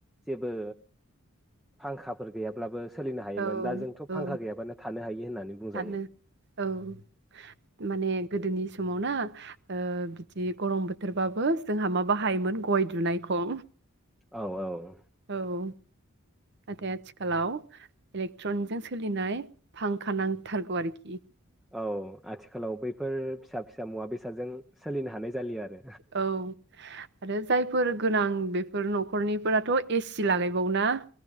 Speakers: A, in the centre; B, on the right.
A: जेबो फांखाफोर गैयाब्लाबो सोलिनो हायोमोन
B: औ
A: दा जोंथ'
B: औ
A: फांखा गैयाबानो थानो हायो होननानै बुंजायो।
B: सानो औ माने गोदोनि समाव ना ओ बिदि गरम बोथोरबाबो जोंहा मा बाहायोमोन गय दुनायखं।
A: औ औ।
B: औ नाथाय आथिखालाव इलेक्ट्रनजों सोलिनाय फांखा नांथारगौ आरोखि।
A: औ आथिखालाव बैफोर फिसा फिसा मुवा बेसादजों सोलिनो हानाय जालिया आरो
B: औ आरो जायफोर गोनां बेफोर न'खरनिफोराथ' ए सि लागायबावोना?